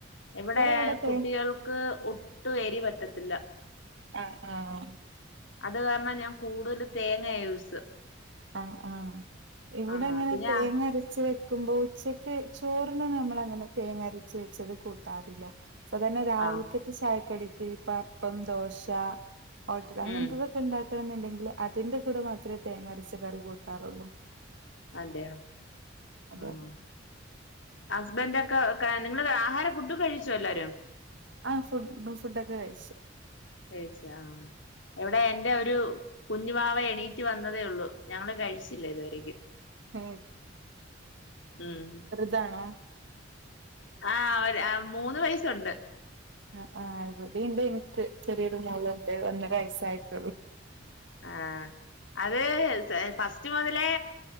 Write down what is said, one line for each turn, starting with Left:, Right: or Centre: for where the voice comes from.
Left: ഇവടെ
Right: ഇവിടെ
Left: കുട്ടികൾക്ക്
Right: തേ
Left: ഒട്ടും എരി പറ്റത്തില്ല
Right: ആഹ് ആഹ്
Left: അത് കാരണം ഞാൻ കൂടുതൽ തേങ്ങ യൂസ്
Right: അഹ് ആഹ് ഇവിടെങ്ങനെ
Left: ആഹ് പിന്നെ
Right: തേങ്ങരച്ച് വക്കുമ്പോ ഉച്ചക്ക് ചോറിന് നമ്മൾ അങ്ങനെ തേങ്ങരച്ച് വെച്ചത് കൂട്ടാറില്ല സാധാരണ രാവിൽക്കത്തെ
Left: ആഹ്
Right: ചായക്കടിക്ക് ഇപ്പൊ അപ്പം ദോശ ഓട്ടട അങ്ങൻത്തെ
Left: ഉം
Right: ഇണ്ടാക്കണം എന്നുണ്ടെങ്കിൽ അതിന്റെ കൂടെ മാത്രേ തേങ്ങ അരച്ച കറി കൂട്ടാറുള്ളൂ
Left: അതെയോ
Right: അതെ
Left: ആഹ്
Right: അതെ
Left: ഹസ്ബൻഡ് ഒക്കെ നിങ്ങള് ആഹാര ഫുഡ് കഴിച്ചുവ എല്ലാരും
Right: ആഹ് ഫുഡ് ഫുഡൊക്കെ കഴിച്ച്
Left: കഴിച്ച് ആ ഇവടെ എന്റെ ഒരു കുഞ്ഞു വാവ എണീറ്റ് വന്നതേ ഉള്ളൂ ഞങ്ങള് കഴിച്ചില്ല ഇതുവരെക്കും
Right: ഏ,
Left: ഉം
Right: താണോ
Left: ആ ഒര് ആ മൂന്ന് വയസ്സുണ്ട്
Right: ആ ആ. ഇവിടി ഇണ്ട് ഇനി ചെറിയൊരു മോളുണ്ട്. ഒന്നര വയസ്സായിട്ടുള്ളു.
Left: ആഹ് അത് ഫസ്റ്റ് മൊതലേ